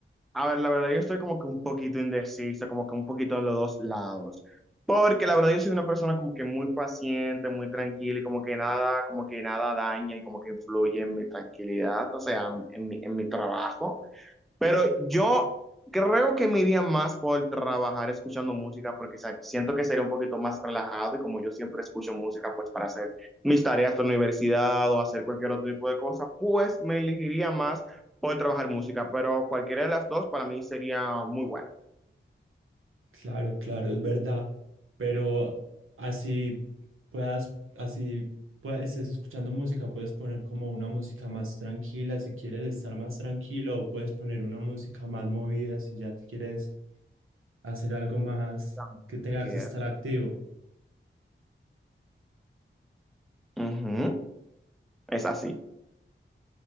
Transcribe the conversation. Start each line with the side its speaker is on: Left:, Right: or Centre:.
Centre: A ver, la verdad yo estoy como que un poquito indecisa, como que un poquito en los dos lados. Porque la verdad yo soy una persona como que muy paciente, muy tranquila y como que nada, como que nada daña y como que influye en mi tranquilidad, o sea, en mi, en mi trabajo. Pero yo creo que me iría más por trabajar escuchando música porque sa- siento que sería un poquito más relajado y como yo siempre escucho música pues para hacer mis tareas de la universidad o hacer cualquier otro tipo de cosa, pues me elegiría más por trabajar música, pero cualquiera de las dos para mí sería muy buena.
Right: Claro, claro, es verdad, pero así puedas, así puedas, estés escuchando música, puedes poner como una música más tranquila si quieres estar más tranquilo, o puedes poner una música más movida si ya te quieres hacer algo más
Centre: También.
Right: que tengas
Centre: Yes.
Right: que estar activo.
Centre: Ujú, Es así.